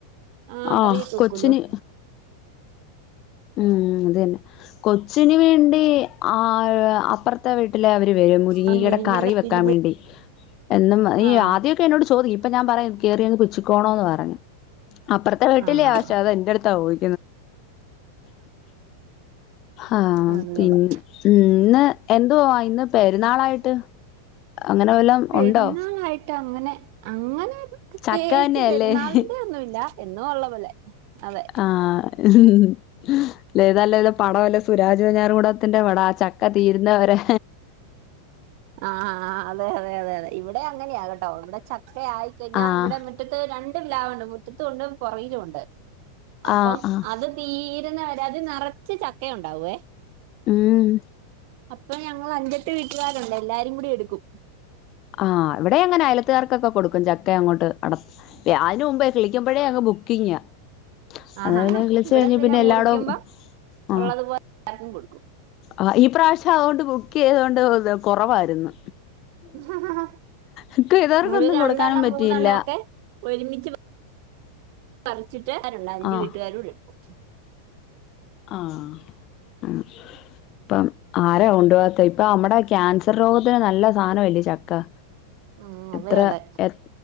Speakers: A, on the right; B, on the left.
A: ആഹ്
B: ആഹ
A: കറിയൊക്കെ
B: കൊച്ചിന്.
A: വെക്കൂലോ
B: ഉം അതെ ന്നെ കൊച്ചിന് വേണ്ടി. ആ അപ്പുറത്തെ വീട്ടില് അവര് വരും മുരിങ്ങടെ
A: ആഹ് മെലിഞ്ഞതൊക്കെ
B: കറി വെക്കാൻ
A: എരിവും
B: വേണ്ടി. എന്നും നീ
A: ആഹ്
B: ആദ്യമൊക്കെ എന്നോട് ചോദി ഇപ്പൊ ഞാൻ പറയാ കേറിയൊന്ന് പിച്ചിക്കോണോന്ന് പറഞ്ഞു. അപ്പുറത്തെ വീട്ടിലേ
A: ആഹ്
B: ആശാ അത് അടുത്താ പോയി. ആഹ
A: അത്
B: പിന്നെ
A: കൊള്ളാം
B: ഉം ഇന്ന് എന്തുവാ ഇന്ന് പെരുന്നാളായിട്ട്.. അങ്ങനെ വല്ലോം
A: പെരുന്നാളായിട്ട്
B: ഉണ്ടോ
A: അങ്ങനെ അങ്ങനെ പ്രത്യേകിച്ച്
B: ചക്ക തന്നെയല്ലേ
A: പെരുന്നാളിന്റെ ഒന്നുല്ല. എന്നും ഉള്ള പോലെ അതെ
B: ആഹ ഹും ലഏതാല്ല ത പടംല്ലേ സുരാജ് വെഞ്ഞാറ മൂടത്തിന്റെ പട ആ ചക്ക തീരുന്നവരെ.
A: ആഹ ആ അതെ അതെ അതെ അതെ ഇവിടെ അങ്ങനെയാകട്ടോ ഇവിടെ ചക്ക ആയിക്കഴിഞ്ഞാൽ
B: ആഹ്
A: ഇവിടെ മുറ്റത്ത്. രണ്ട് ണ്ട് മുറ്റത്തുണ്ട് പുറകിലുണ്ട് അപ്പം
B: ആഹ് ആഹ്
A: അത് തീരുന്ന വരെ. അത് നിറച്ചു ചക്ക ഉണ്ടാവുവേ.
B: ഉം
A: അപ്പൊ ഞങ്ങൾ അഞ്ചെട്ട് വീട്ടുകാരുണ്ട് എല്ലാരും കൂടി എടുക്കും.
B: ആഹ് ഇവിടെ അങ്ങനെ അയലത്തുകാർക്കൊക്കെ കൊടുക്കും. ചക്ക അങ്ങോട്ട് അട- ആ അതിന് മുമ്പേ കിളിക്കുമ്പഴേ അങ് ബുക്കിങ്ങാ.
A: ആഹാ
B: അ പിന്നെ വിളിച്ച്
A: ഇവിടെ
B: കഴിഞ്ഞ് പിന്നെ എല്ലാടോം
A: മുറിക്കുമ്പോ
B: ആ
A: ഉള്ളതുപോലെ എല്ലാവർക്കും കൊടുക്കും
B: ആ ഈ പ്രാവശ്യം അതുകൊണ്ട് ബുക്ക് ചെയ്തൊണ്ട് കൊറവായിരുന്നു
A: ഹ് ഹ്
B: ബുക്ക് ചെയ്തവർക്കൊന്നും
A: ഒര് രണ്ടെണ്ണം
B: കൊടുക്കാനും പറ്റിയില്ല
A: മൂന്നെണ്ണൊക്കെ ഒരുമിച്ച് പറിച്ചിട്ട് <unintelligible> അഞ്ചു
B: ആഹ്
A: വീട്ടുകാരൂടെടുക്കും
B: ആ ആ ഇപ്പം ആരാ കൊണ്ടുപാത്തെ ഇപ്പൊ അമ്മടെ ക്യാൻസർ രോഗത്തിന് നല്ല സാധനല്ല് ചക്ക
A: ഉം
B: എത്ര
A: അതെയതെ
B: എ